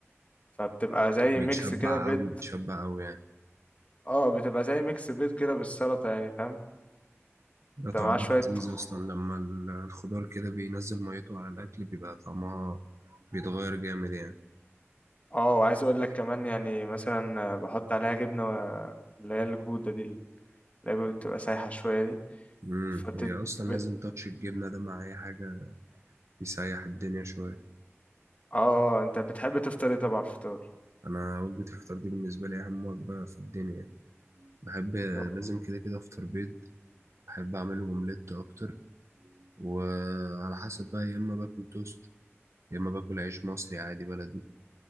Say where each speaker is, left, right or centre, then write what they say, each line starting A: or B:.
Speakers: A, on the left; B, on the right.
A: فبتبقى زي
B: بتشبع
A: ميكس كده بيض
B: قوي بتشبع قوي يعني
A: اه بتبقى زي ميكس بيض كده بالسلطه يعني فاهم
B: ده
A: بتبقى
B: طعمه
A: معاه شويه
B: لذيذ
A: خ...
B: اصلا لما ال- الخضار كده بينزل ميته على الاكل بيبقى طعمها بيتغير جامد يعني
A: اه وعايز اقول لك كمان يعني مثلا بحط عليها جبنه و- اللي هي الجوده دي اللعبة بتبقى سايحة شوية دي
B: امم
A: فبتد
B: هي اصلا
A: بت...
B: لازم تاتش الجبنه ده مع اي حاجه يسيح الدنيا شويه
A: اه انت بتحب تفطر ايه طبعا على الفطار
B: انا وجبه الفطار دي بالنسبه لي اهم وجبه في الدنيا بحب
A: طب
B: لازم كده كده افطر بيض بحب اعمله اومليت اكتر وعلى حسب بقى يا اما باكل توست يا اما باكل عيش مصري عادي بلدي